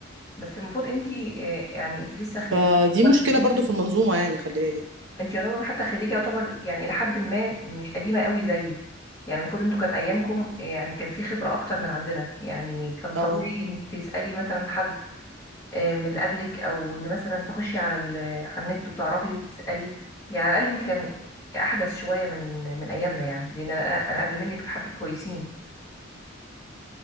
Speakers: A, on the left; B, on the right.
A: بس المفروض انت آه، يعني انت لسه خريجه
B: فدي
A: يعتبر
B: مشكله
A: جديده
B: برضو في المنظومه يعني خلي بالك
A: انت يعتبر حتى خريجه يعتبر يعني الى حد ما مش قديمه قوي زيي يعني المفروض انتوا كان ايامكم آه، يعني كان في خبره اكتر من عندنا يعني كان طبيعي
B: اه
A: انك تسالي مثلا حد آه، من اللي قبلك او ان مثلا تخشي على ال- على النت وتعرفي وتسالي يعني على الاقل انت كان احدث شويه من من ايامنا يعني لان انا انا قبل منك بحبه كويسين